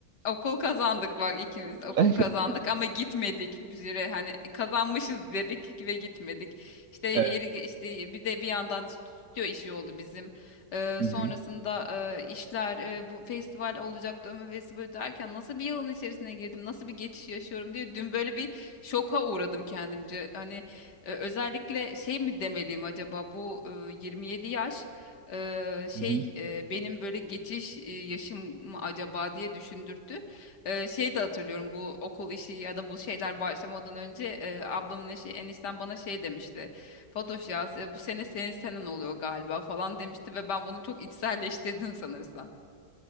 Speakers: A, on the left; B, on the right.
A: Okul kazandık bak ikimiz
B: <laughs>
A: okul kazandık ama gitmedik bir süre hani kazanmışız dedik ve gitmedik işte yeri
B: Evet.
A: ge- işte bir de bir yandan stüdyo işi oldu bizim Ee,
B: Hı
A: sonrasında
B: hı.
A: e, işler e, bu festival olacaktı Ömür Festivali derken nasıl bir yılın içerisine girdim nasıl bir geçiş yaşıyorum diye dün böyle bir şoka uğradım kendimce hani e, özellikle şey mi demeliyim acaba bu e, 27 yaş Eee, şey
B: Hı hı.
A: eee, benim böyle geçiş eee, yaşım mı acaba diye düşündürttü. Eee, şey de hatırlıyorum bu okul işi ya da bu şeyler başlamadan önce eee, ablamın eşi enişten bana şey demişti. Fatoş ya e, bu sene senin senen oluyor galiba falan demişti ve ben bunu çok içselleştirdim sanırsam.